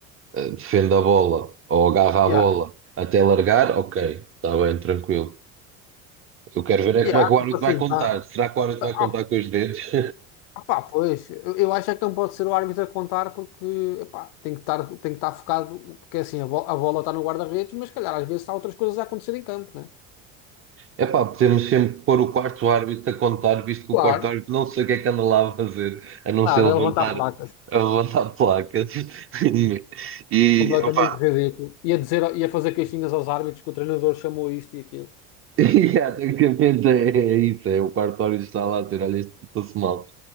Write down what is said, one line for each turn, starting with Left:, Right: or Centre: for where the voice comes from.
Right: eh, defende a bola ou agarra
Left: yeah,
Right: a bola até largar, ok, está bem, tranquilo. Eu quero ver é
Left: yeah,
Right: como é que o árbitro
Left: tipo assim,
Right: vai contar.
Left: tá,
Right: Será que o árbitro
Left: tá-
Right: vai contar
Left: ah,
Right: com os dedos? <laughs>
Left: ah, pá, pois, eu, eu acho é que não pode ser o árbitro a contar porque, epá, tem que estar, tem que estar focado, porque assim, a, bo- a bola está no guarda-redes, mas se calhar às vezes há outras coisas a acontecer em campo, né?
Right: É pá, podemos sempre pôr o quarto árbitro a contar, visto que
Left: Claro.
Right: o quarto árbitro não sei o que é que anda lá a fazer, a não ser
Left: Nada,
Right: levantar,
Left: é levantar a placa.
Right: a levantar placas. <laughs> E,
Left: Completamente
Right: opá,
Left: ridículo. Ia dizer, ia fazer queixinhas aos árbitros que o treinador chamou isto e aquilo.
Right: <laughs> e, yeah, tecnicamente <laughs> é, é isso, é o quarto árbitro está lá a dizer, olha, isto passou mal.